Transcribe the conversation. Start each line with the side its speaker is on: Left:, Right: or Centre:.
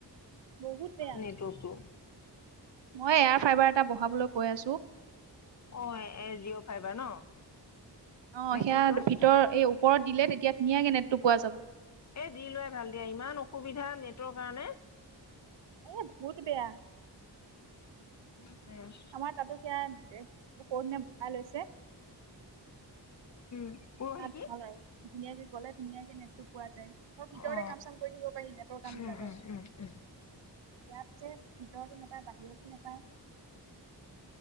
Right: বহুত বেয়া
Left: নেটৱৰ্কটো
Right: মই এয়াৰ ফাইবাৰ এটা বহাবলৈ কৈ আছোঁ।
Left: অ এ জিঅ' ফাইভাৰ ন
Right: অ
Left: নে
Right: সেয়া
Left: কি কয়
Right: ভিতৰত এই ওপৰত দিলে তেতিয়া ধুনীয়াকে নেট টো পোৱা যাব।
Left: এ দি লোৱাই ভাল দিয়া ইমান অসুবিধা নেটৰ কাৰণে
Right: এ বহুত বেয়া
Left: উম
Right: আমাৰ তাতো সেয়া সৌদিনা বহাই লৈছে
Left: <unintelligible> উম পৰহি
Right: তাত
Left: কি
Right: ভাল আৰু ধুনীয়াকে গলে ধুনীয়াকে নেটটো পোৱা যায় ত ভিতৰতে
Left: অ
Right: কাম চাম কৰি দিব পাৰি নেটৰ কাম বিলাক
Left: উম উম
Right: আৰু
Left: উম
Right: ইয়াত যে। ভিতৰতো নেপায় বাহিৰতো নেপায়।